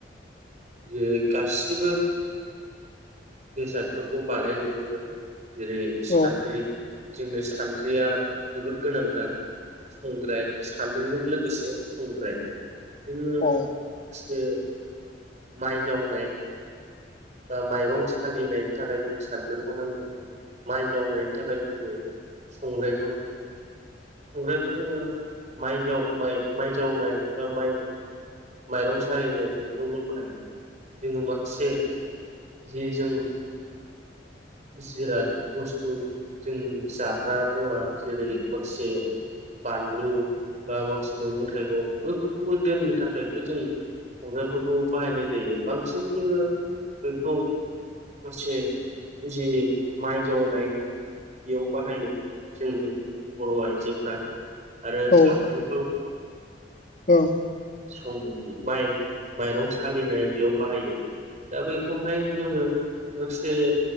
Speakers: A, on the right; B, on the left.
A: जे गासिबो बेसादफोरखौ बानायजोबोमोन जेरै सानद्रि
B: औ
A: जोंनि सानद्रिया जोबोद गोनांथार संग्राय सानद्रिजों लो गोसो संग्राय जोङो माखासे
B: औ
A: माइ जावनाय बा माइरं सालिनायनि थाखाय जों सानदो नांगौ माइ जावनायनि थाखाय जोंनो संग्रायखौ नांगौ संग्रायखौ जोङो माइ जाव माइ माइ जावनाय बा माइ माइरं साललिनाय बेफोरावल' बाहाया जोङो माखासे जि जों जिराद बुस्थु जोंनि जाग्रा मुवा जेरै माखासे बानलु बा माखासे मैगं थाइगं बैफोरखौबो दोननो थाखायबो जों संग्रायफोरखौ बाहायनाय जायो बांसिन जोङो बैखौ फसे जे माइ जावनाय बेयाव बाहायो जोंनि बर' आइजोफ्रा आरो
B: औ ओं
A: सानद्रिखौ
B: ओं
A: सं माइ माइरं सालिनाय बेयाव बाहायो दा बेखौहाय जोङो गांसे <unintelligible>